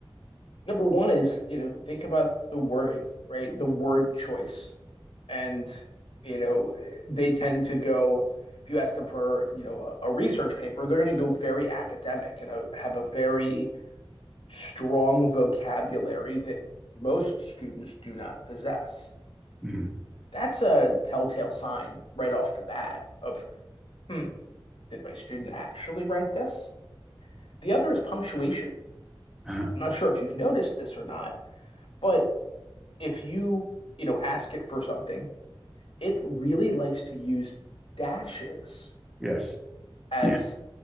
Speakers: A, on the left (about 70°); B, in the centre.
A: Number one is, you know, think about the wording, right? The word choice. And, you know, they tend to go, if you ask them for, you know, a, a research paper, they're going to go very academic and uh have a very strong vocabulary that most students do not possess.
B: Mhm.
A: That's a telltale sign right off the bat of, hmm, did my student actually write this? The other is punctuation.
B: Uh-huh.
A: I'm not sure if you've noticed this or not, but if you, you know, ask it for something, it really likes to use dashes
B: Yes.
A: as
B: <laughs> Yeah.